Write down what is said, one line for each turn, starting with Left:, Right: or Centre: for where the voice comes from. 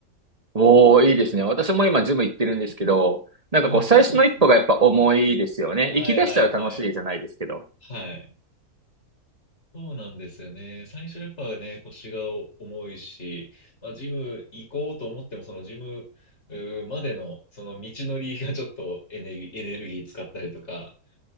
Right: おー、いいですね。私も今ジム行ってるんですけど、なんかこう最初の一歩がやっぱ重いですよね。
Left: はい。ああ、そうなんですね。はい。はいはいはい。
Right: 行き出したら楽しいじゃないですけど。
Left: はい。そうなんですよね。最初やっぱね、腰が重いし、まあ、ジム行こうと思っても、そのジムうーまでの、その道のりがちょっとエネルギー、エネルギー使ったりとか、